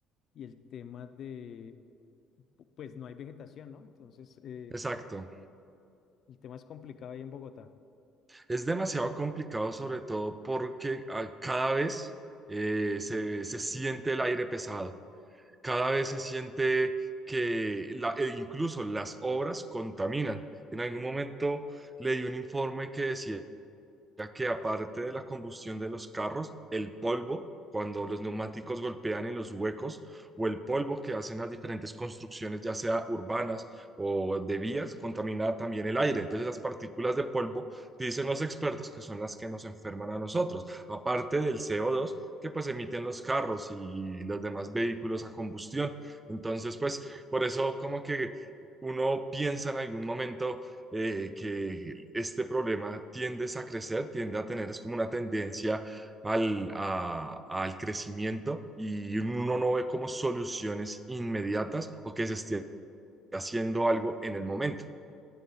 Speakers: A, on the left; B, on the right.
A: y el tema de, pu- pues no hay vegetación, ¿no? Entonces eh,
B: exacto.
A: el tema es complicado ahí en Bogotá.
B: Es demasiado complicado sobre todo porque ah, cada vez eh, se se siente el aire pesado. Cada vez se siente que la- e incluso las obras contaminan. En algún momento leí un informe que decía ya que aparte de la combustión de los carros, el polvo, cuando los neumáticos golpean en los huecos, o el polvo que hacen las diferentes construcciones, ya sea urbanas o de vías, contamina también el aire. Entonces, las partículas de polvo, dicen los expertos, que son las que nos enferman a nosotros, aparte del CO2 que pues emiten los carros y los demás vehículos a combustión. Entonces, pues por eso como que uno piensa en algún momento eh, que este problema tiende a crecer, tiende a tener, es como una tendencia al, a- al crecimiento y uno no ve como soluciones inmediatas o que se esté haciendo algo en el momento.